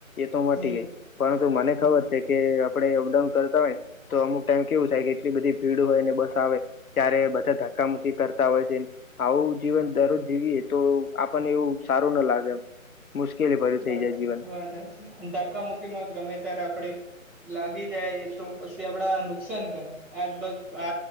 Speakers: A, on the left (about 85°); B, in the centre.
A: એ તો મટી
B: હમ
A: ગઈ પરંતુ મને ખબર છે કે આપણે અપડાઉન કરતા હોય તો અમુક ટાઈમ કેવું થાય કે એટલી બધી ભીડ હોય ને બસ આવે ત્યારે બધા ધક્કા મુુકી કરતા હોય છે. આવું જીવન દરરોજ જીવીએ તો આપણને એવું સારું ન લાગે મુશ્કેલી <unintelligible>
B: વાત
A: જીવન
B: વાત હાચી ધક્કામુુકી માં ગમે તારે આપડે લાગી જાય તો પસી આપડા નુકસાન કરે આજ <unintelligible>